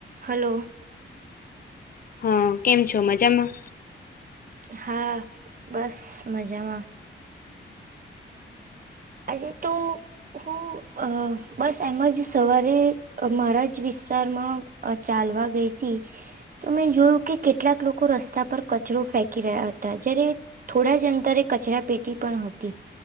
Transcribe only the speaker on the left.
હં કેમ છો મજામાં?